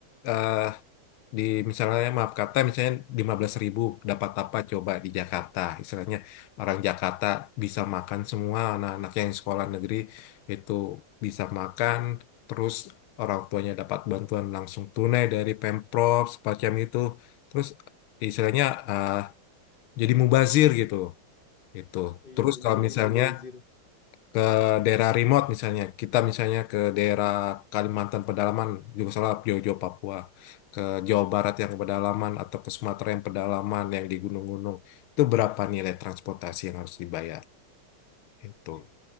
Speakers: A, on the left (about 80°); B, on the left (about 30°).
A: eh, di misalnya maaf kata misalnya 15.000 dapat apa coba di Jakarta istilahnya orang Jakarta bisa makan semua anak-anak yang sekolah negeri itu bisa makan terus orang tuanya dapat bantuan langsung tunai dari Pemprov semacam itu terus istilahnya eh, jadi mubazir gitu itu
B: Iya
A: terus
B: bener
A: kalau
B: lagi
A: misalnya
B: mubazir.
A: ke daerah remote misalnya kita misalnya ke daerah Kalimantan pedalaman juga salah Jojo Papua ke Jawa Barat yang pedalaman atau ke Sumatera yang pedalaman yang di gunung-gunung itu berapa nilai transportasi yang harus dibayar itu
B: Ih,